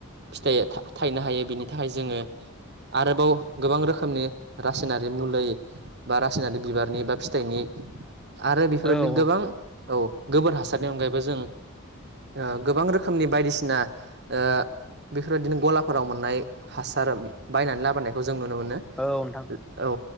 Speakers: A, on the right; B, in the centre.
A: फिथाइया था थायनो हायो बेनि थाखाय जोङो आरोबाव गोबां रोखोमनि रासायनारि मुलै बा रासायनारि बिबारनि बा फिथाइनि <inaudible> आरो बेफोरबायदिनो
B: औ औ
A: गोबां औ गोबोर हासारनि अनगायैबो जों ओ गोबां रोख खोमनि बायदिसिना ओ बेफोरबायदिनो गलाफोराव मोननाय हासार बायनानै लाबोनायखौ जों नुनो मोनो
B: औ
A: औ